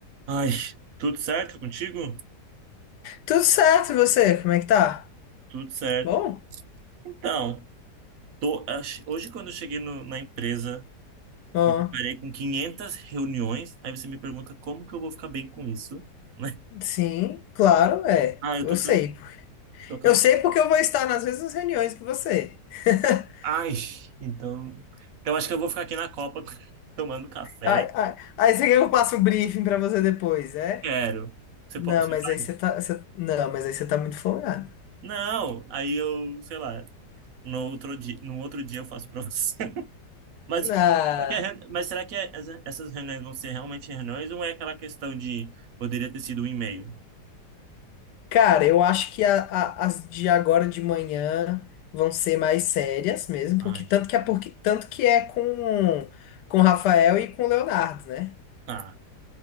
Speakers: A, on the right; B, on the left.
A: Ai, tudo certo contigo?
B: Tudo certo, e você? Como é que tá?
A: Tudo certo.
B: Bom?
A: Então, tô- ach- hoje quando eu cheguei no- na empresa,
B: Ó,
A: me deparei com 500 reuniões. Aí você me pergunta como que eu vou ficar bem com isso, né? <laughs>
B: sim, claro, é.
A: Ah, eu
B: Eu
A: tô
B: sei.
A: cansado. Tô cansa-
B: Eu sei porque eu vou estar nas mesmas reuniões que você. <laughs>
A: Ai, então, então acho que eu vou ficar aqui na Copa <laughs> tomando café.
B: Ai, ai, aí você quer que eu passe um briefing pra você depois, é?
A: Quero. Você
B: Não,
A: pode, você
B: mas
A: faz?
B: aí você tá. você- Não, mas aí você tá muito folgado.
A: Não. Aí eu, sei lá, no outro dia, no outro dia eu faço pra <laughs> você. Mas
B: Ah,
A: será que, é reuni- mas será que é- essa- essas reuniões vão ser realmente reuniões ou é aquela questão de poderia ter sido um e-mail?
B: cara, eu acho que a- a- as de agora de manhã vão ser mais sérias mesmo,
A: Ai,
B: porque tanto que é, porque, tanto que é com, com o Rafael e com o Leonardo, né?
A: tá.